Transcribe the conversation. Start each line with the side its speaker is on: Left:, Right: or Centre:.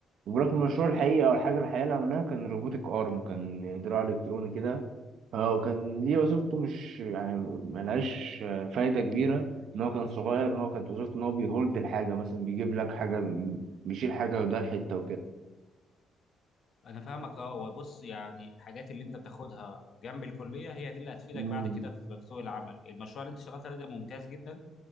Right: وبرك المشروع الحقيقي أو الحاجة الحقيقية اللي عملناها كان روبوتك أرم كان دراع إلكتروني كده هو كان دي وظيفته مش يعني ملهاش آه، فايدة كبيرة إن هو كان صغير إن هو كانت وظيفته إن هو بيهولد الحاجة مثلا بيجيب لك حاجة بيشيل حاجة وده الحتة
Left: انا فاهمك اه وبص يعني الحاجات اللي انت بتاخدها جنب الكليه هي دي اللي هتفيدك
Right: وكده
Left: بعد كده في في سوق العمل المشروع اللي انت اشتغلت عليه ده ممتاز جدا